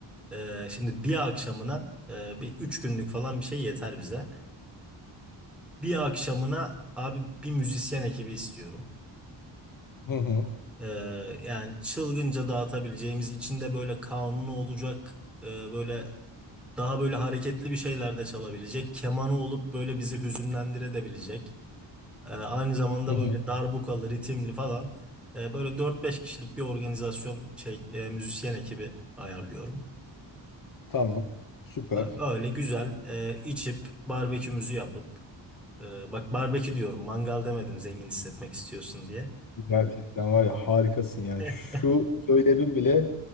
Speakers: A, in the centre; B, on the left.
A: E, şimdi bir akşamına e, bir üç günlük falan bir şey yeter bize. Bir akşamına abi bir müzisyen ekibi istiyorum.
B: Hı hı.
A: Ee, yani çılgınca dağıtabileceğimiz içinde böyle kanunu olacak e, böyle daha böyle hareketli bir şeyler de çalabilecek kemanı olup böyle bizi hüzünlendirebilecek Ee, aynı zamanda
B: Hı hı.
A: böyle darbukalı ritimli falan Ee, böyle dört beş kişilik bir organizasyon şey e, müzisyen ekibi ayarlıyorum.
B: Tamam. Süper.
A: Ee, Öyle güzel e, içip barbekümüzü yapıp e, bak barbekü diyorum mangal demedim zengin hissetmek istiyorsun diye.
B: Gerçekten var ya harikasın yani.
A: <laughs>
B: Şu söylemin bile